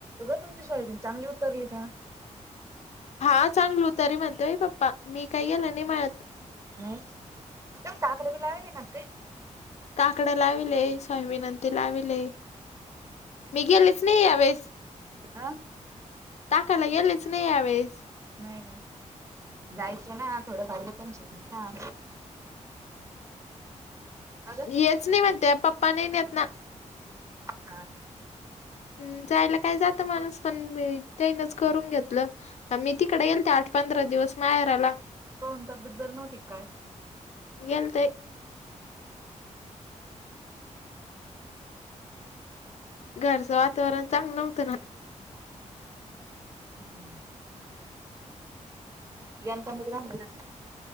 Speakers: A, on the right; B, on the left.
A: तुमची सॉयबीन चांगली उत्तरली का
B: हा चांगलू तरी म्हणते बा पप्पा मी काही गेलं नाही म्हळत
A: हम् तम काकडे बी लावेले नाक
B: काकडं लाविले स्वयविनंती लाविले मी गेलेच नाही यावेळेस
A: आं
B: आकायला गेलेच नाही आहेस
A: नाही का? जायचं ना थोडं भरलं पण शिक ना अगं
B: येच नाही म्हणत पप्पा नाही नेत ना
A: हा ह
B: ह् जायला काय जात माणस पण करून घेतलं मी तिकडे गेल आठ पंधरा दिवस माहेर आला
A: कोणताबद्दल नव्हती काय
B: याल ते घरचं वातावरण चांग नव्हतं ना
A: हम् एंतंद दिलाला